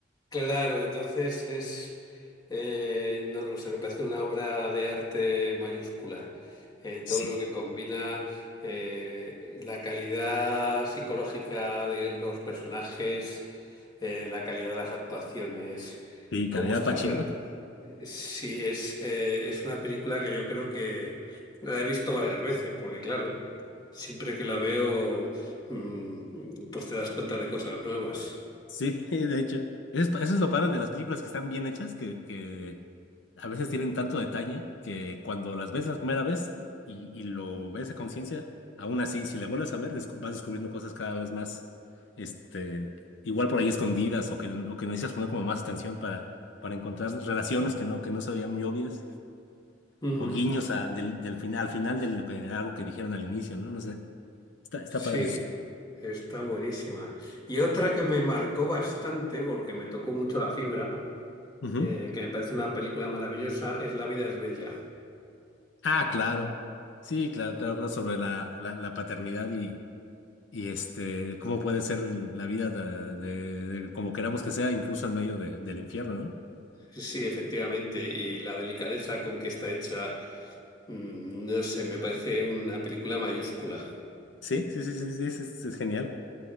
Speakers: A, on the left; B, on the left.
A: Claro, entonces es, eh, no lo sé, me parece una obra de arte mayúscula. Eh,
B: Sí.
A: todo lo que combina eh, la calidad psicológica de los personajes, eh, la calidad de las actuaciones,
B: Sí, cara,
A: cómo
B: ya
A: está
B: Pacino.
A: planteado. Sí, es, eh, es una película que yo creo que la he visto varias veces, porque claro, siempre que la veo, mm, pues te das cuenta de cosas nuevas.
B: Sí, <laughs> de hecho. Eso es, eso es lo padre de las películas que están bien hechas, que, que a veces tienen tanto detalle que cuando las ves la primera vez y, y lo ves a conciencia, aún así, si la vuelves a ver, descu- vas descubriendo cosas cada vez más, este, igual por ahí escondidas o que, o que necesitas poner como más atención para, para encontrar relaciones que no, que no se veían muy obvias.
A: Ujú.
B: o guiños a- del, del final, al final de lo que, algo que dijeron al inicio, ¿no? No sé, está, está
A: Sí,
B: padre eso.
A: está buenísima. Y otra que me marcó bastante, porque me tocó mucho la fibra,
B: Ujú.
A: eh, que me parece una película maravillosa, es La vida es bella.
B: Ah, claro. Sí, claro, claro, claro, sobre la, la, la paternidad y, y este, cómo puede ser la vida de, de- de como queramos que sea, incluso en medio de- del infierno, ¿no?
A: Sí, efectivamente, y la delicadeza con que está hecha, mm, no sé, me parece una película mayúscula.
B: Sí, sí, sí, sí, sí, es, es- es genial.